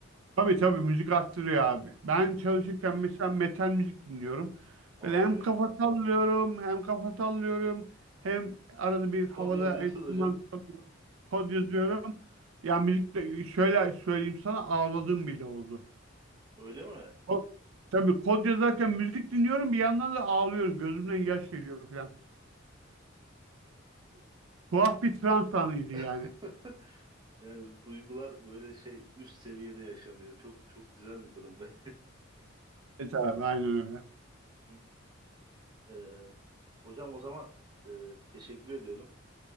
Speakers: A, on the right (about 85°); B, on the right (about 20°).
A: Tabii tabii müzik arttırıyor abi. Ben çalışırken
B: Evet.
A: mesela metal müzik dinliyorum.
B: Aa
A: Böyle hem
B: evet.
A: kafa sallıyorum hem kafa sallıyorum hem arada bir havada
B: Kod yazıyorsun
A: enstrüman
B: hocam.
A: çalıyorum, kod yazıyorum. Ya müzik de şöyle söyleyeyim sana ağladığım bile oldu.
B: Öyle mi?
A: Ko- Tabii kod yazarken müzik dinliyorum bir yandan da ağlıyorum. Gözümden yaş geliyor falan. Tuhaf bir trans anıydı
B: <laughs>
A: yani.
B: Yani duygular böyle şey üst seviyede yaşanıyor. Çok çok güzel bir durum be.
A: Evet abi aynen öyle.
B: <laughs> Ee, hocam o zaman e, teşekkür ediyorum.